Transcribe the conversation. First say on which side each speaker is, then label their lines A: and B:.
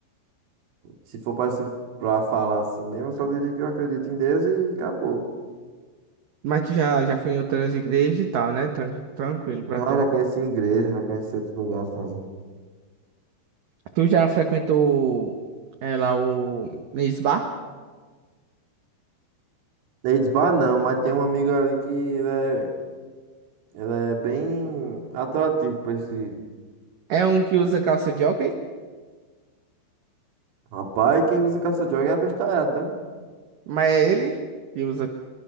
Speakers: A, on the right; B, on the right.
A: se for pra, se- pra falar assim mesmo, eu só diria que eu acredito em Deus e acabou.
B: Mas tu já, já foi em outras igrejas e tal, né? Tran- tranquilo pra
A: Já,
B: tu.
A: já conheci igreja, já conheci outros lugares também.
B: Tu já frequentou é, lá o Misbah?
A: Eles, bah, não, mas tem um amigo ali que ele é, ele é bem atrativo pra esse
B: É um que usa calça de hóquei?
A: rapaz. Quem usa caça-droga é abestalhado, né?
B: Mas é ele que usa.